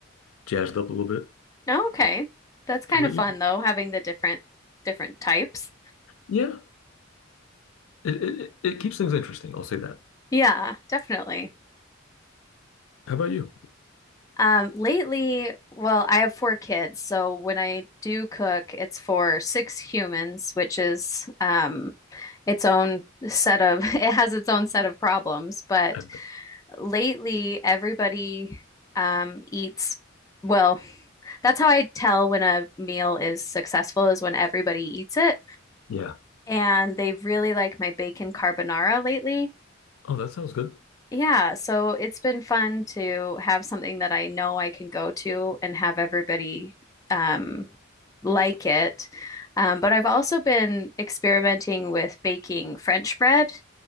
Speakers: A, on the left (about 85°); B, on the left (about 15°).
A: jazzed up a little bit.
B: Oh, okay. That's kind
A: How about
B: of fun
A: you?
B: though, having the different different types.
A: Yeah, it it, it keeps things interesting. I'll say that.
B: Yeah, definitely.
A: How about you?
B: Um, lately, well, I have four kids, so when I do cook, it's for six humans, which is um its own set of <laughs> it has its own set of problems. But
A: And-
B: lately, everybody um eats well, that's how I tell when a meal is successful is when everybody eats it.
A: Yeah.
B: And they really like my bacon carbonara lately.
A: Oh, that sounds good.
B: Yeah, so it's been fun to have something that I know I can go to and have everybody um, like it. Um, but I've also been experimenting with baking French bread.